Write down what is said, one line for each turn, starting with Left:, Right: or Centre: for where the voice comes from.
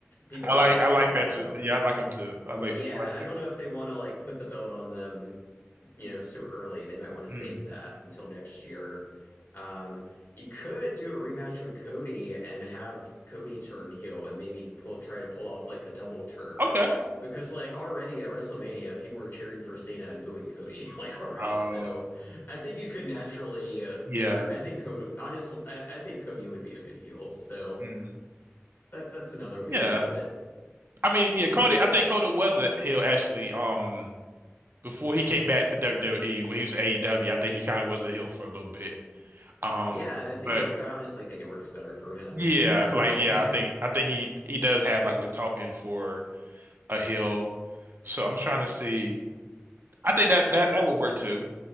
Left: People already
Right: like
Left: like
Right: I like
Left: him,
Right: that
Left: so
Right: too. Yeah, I like him too. I like
Left: yeah,
Right: I like
Left: I
Right: that.
Left: don't know if they want to like put the belt on them you know, so early. They might want to save
Right: Mm.
Left: that until next year. Um, you could do a rematch with Cody and have Cody turn heel and maybe pull try to pull off like a double turn
Right: Okay.
Left: because like already at WrestleMania people were cheering for Cena and booing Cody <laughs> like already.
Right: Oh
Left: So I think you could naturally uh,
Right: yeah.
Left: turn. I think Cody honestly I, I think Cody would be a good heel. So
Right: Mm.
Left: that that's another way
Right: Yeah.
Left: you could do it.
Right: I mean, yeah, Cody.
Left: Or
Right: I think Cody was a heel actually. Um, before he came back to WWE when he was at AEW, I think he kind of was a heel for a little bit. Um,
Left: yeah, and I think
Right: but
Left: it, I honestly think it works better for him.
Right: Yeah, like
Left: <laughs>
Right: yeah, I think I think he he does have like the talking for a hill. So I'm trying to see. I think that
Left: He
Right: that that would work too.